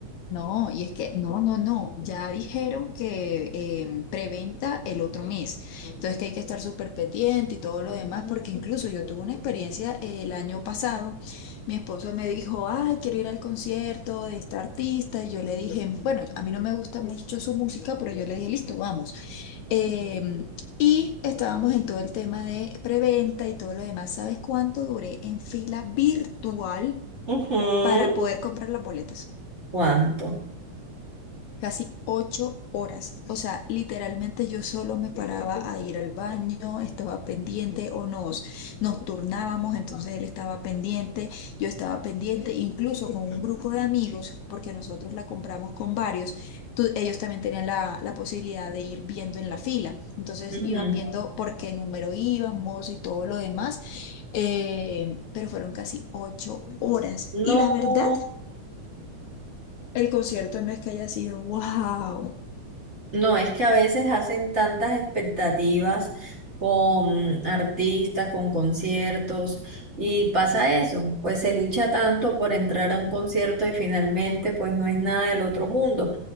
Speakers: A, on the left; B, on the right.
A: No, y es que, no, no, no, ya dijeron que em, preventa el otro mes. Entonces que hay que estar súper pendiente y todo lo demás, porque incluso yo tuve una experiencia eh, el año pasado. Mi esposo me dijo, ay, quiero ir al concierto de esta artista. Y yo le dije, bueno, a mí no me gusta mucho su música, pero yo le dije, listo, vamos. Em, y estábamos en todo el tema de preventa y todo lo demás. ¿Sabes cuánto duré en fila virtual
B: Ujú.
A: para poder comprar las boletas?
B: ¿Cuánto?
A: casi ocho horas. O sea, literalmente yo solo me paraba a ir al baño, estaba pendiente o nos, nos turnábamos, entonces él estaba pendiente, yo estaba pendiente, incluso con un grupo de amigos, porque nosotros la compramos con varios, tu- ellos también tenían la, la posibilidad de ir viendo en la fila. Entonces
B: Ujú.
A: iban viendo por qué número íbamos y todo lo demás, eh, pero fueron casi ocho horas.
B: No.
A: Y la verdad, el concierto no es que haya sido wow.
B: No, es que a veces hacen tantas expectativas con artistas, con conciertos, y pasa eso, pues se lucha tanto por entrar a un concierto y finalmente pues no es nada del otro mundo.